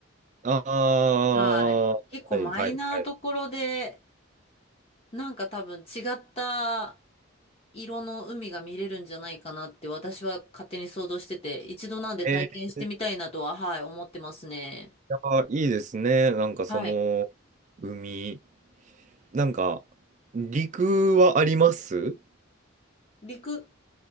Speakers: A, on the right (about 35°); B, on the left (about 30°).
A: ああ、
B: はい。
A: はい、
B: 結構マイナーどころで、
A: はい、はい。
B: なんか多分違った色の海が見れるんじゃないかなって私は勝手に想像してて、一度なんで体験してみたいなとは、
A: えー、い
B: はい、思ってますね。
A: や、いいですね。なんかその、
B: はい。
A: 海、なんか、陸はあります
B: 陸